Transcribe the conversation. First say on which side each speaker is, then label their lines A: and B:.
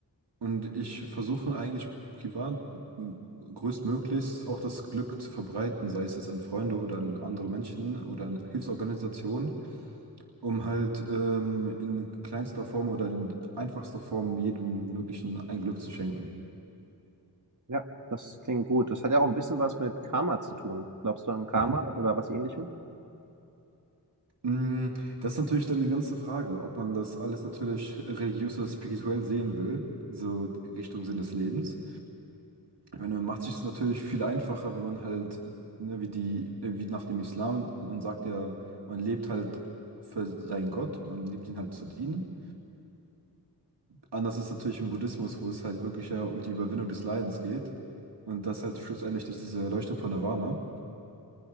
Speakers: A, on the right; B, on the right.
A: Und ich versuche eigentlich privat m, größtmöglichst auch das Glück zu verbreiten, sei es jetzt an Freunde oder an andere Menschen oder an Hilfsorganisationen, um halt ähm, in kleinster Form oder in einfachster Form jedem möglichen ein Glück zu schenken.
B: Ja, das klingt gut. Das hat ja auch ein bisschen was mit Karma zu tun. Glaubst du an Karma
A: Mhm.
B: oder was Ähnlichem?
A: Mm, Das ist natürlich dann die ganze Frage, ob man das alles natürlich religiös oder spirituell sehen will, so Richtung Sinn des Lebens. Ich meine, man macht sich es natürlich viel einfacher, wenn man halt, ne, wie die, äh, wie nach dem Islam, man sagt ja, man lebt halt für seinen Gott, man liebt ihn halt zu dienen. Anders ist natürlich im Buddhismus, wo es halt wirklich ja um die Überwindung des Leidens geht. Und das halt schlussendlich durch diese Erleuchtung von Nirvana.